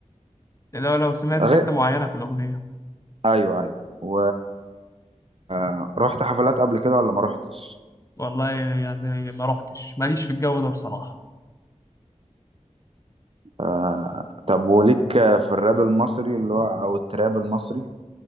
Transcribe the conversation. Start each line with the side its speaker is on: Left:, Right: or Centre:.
Left: لو لو سمعت
Right: غير
Left: حتة معينة في الأغنية
Right: ايوه ايوه و آه، رحت حفلات قبل كده ولا ما رحتش
Left: والله يعني ما رحتش ماليش في الجو ده بصراحة
Right: آه... طب وليك في الراب المصري اللي هو او التراب المصري